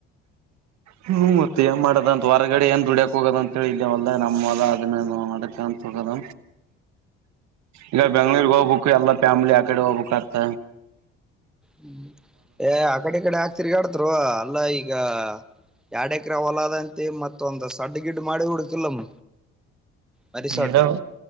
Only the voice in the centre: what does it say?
ಹ್ಮ್ ಏ ಆ ಕಡೆ ಕಡೆ ಆಾಕ್ತಿರ್ಗಾಡ್ತರು ಅಲ್ಲಾ ಈಗ ಯಡಕ್ರ ಹೊಲಾದಂತ ಮತ್ತೊಂದ್ ಸಡ್ ಗಿಡ್ ಮಾಡಿ ಹುಡುಕಿಲ್ಲಮ್ಮ ಮರಿ
ಸಡ್